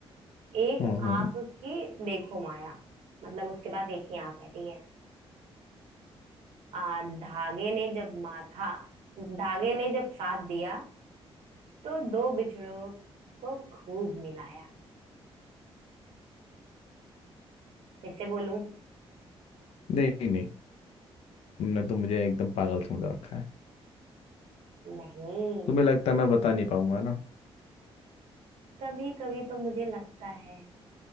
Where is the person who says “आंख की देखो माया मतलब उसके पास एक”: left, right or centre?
Right